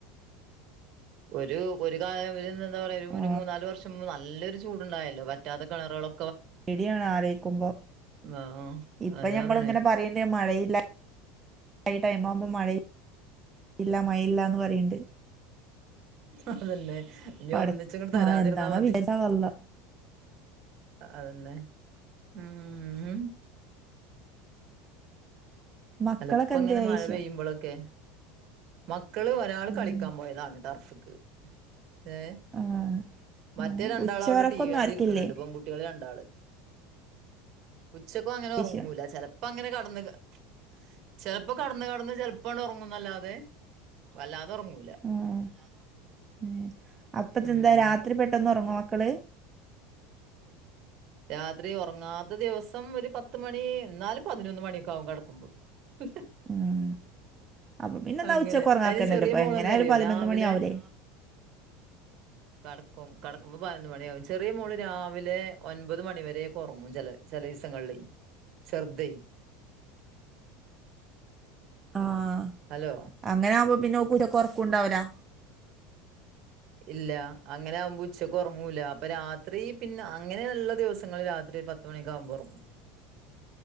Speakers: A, on the right; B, on the right.
A: ഒരു ഒരു കാല <unintelligible> എന്താ പറയാ
B: ആ
A: ഒരു മൂന്നാല് വർഷം മുമ്പ് നല്ലൊരു ചൂട്ണ്ടായല്ലോ വറ്റാത്ത കെണറ്കളൊ
B: പേട്യാണ് ആലോയ്ക്കുമ്പോ
A: ആഹ്
B: ഇപ്പൊ
A: അതന്നെ
B: ഞമ്മള്
A: പറയണേ
B: ഇങ്ങനെ പറീ മഴയില്ല ഈ ടൈമാവുമ്പോ മഴ ഇല്ല മഴയില്ലാന്ന് പറീണ്ട്
A: അതെന്നെ ഇനി
B: പട
A: ഒന്നിച്ചങ്ങട്ട് തരാതിര്ന്നാ
B: ആ എന്താണോ
A: മതി
B: വിചാരിച്ച വള്ള
A: അതെന്നെ ഊം ഉം
B: മക്കളൊക്കെ
A: അല്ല ഇപ്പങ്ങനെ
B: എന്തിയെ ചോയ്ച്ച
A: മഴ പെയ്യുമ്പളൊക്കെ മക്കള് ഒരാള്
B: ഉം
A: കളിക്കാം പോയതാണ് ടർഫ്ക്ക് ഏഹ്
B: ആ
A: മറ്റേ
B: ആ
A: രണ്ടാളവ്ടെ
B: ഉച്ചവറക്കൊന്നും
A: ടീവി കണ്ടിരിക്ക്ണ്‌ണ്ട്
B: ആർക്കില്ലേ
A: പെങ്കുട്ട്യാള് രണ്ടാള് ഉച്ചക്കും അങ്ങനെ
B: ചോയ്ച്ച
A: ഒർങ്ങൂല ചെലപ്പങ്ങനെ കെടന്ന് ക ചെലപ്പ കട്ന്ന് കട്ന്ന് ചെലപ്പാണ്ട് ഒർങ്ങുന്നല്ലാതെ വല്ലാതെ ഒർങ്ങൂലാ
B: ആഹ് ആഹ് അപ്പതെന്താ
A: ഉം
B: രാത്രി പെട്ടന്ന് ഒർങ്ങാേ മക്കള്
A: രാത്രി ഒർങ്ങാത്ത ദിവസം ഒര് പത്ത് മണി എന്നാലും പതിനൊന്ന് മണിയൊക്കെ ആകും കെടക്കുമ്പം ഉ
B: ആഹ് അപ്പൊ പിന്നെ ന്നാ
A: അങ്ങനെ
B: ഉച്ചക്ക് ഒർങ്ങാക്കാതെക്കെന്നെ
A: അതിന് ചെറിയ
B: നല്ലെ പ്പൊ
A: മോള്
B: എങ്ങനെയാലും
A: എന്താറിയോ
B: പതിനൊന്ന്
A: രാവിലെ
B: മണിയാവൂലെ
A: കട്ക്കും കട്ക്കുംമ്പ പ തിനൊന്ന് മണ്യാവും ചെറിയ മോള് രാവിലെ ഒൻപത് മണി വരെക്കെ ഒർങ്ങും ചെല ചെലീസങ്ങളിലെ ചെർതേ
B: ആഹ്
A: ഹലോ
B: അങ്ങനെകുമ്പോ പിന്നെ കെട്ട്യേക്കാെറക്കുംണ്ടാവൂലാ
A: ഇല്ലാ അങ്ങനെ ആവുമ്പോ ഉച്ചക്കാെർങ്ങൂല്ല അപ്പൊ രാത്രി പിന്നെ അങ്ങനെള്ള ദിവസങ്ങൾ രാത്രി പത് ത്ത് മണിയാെക്കാവുമ്പാെറങ്ങും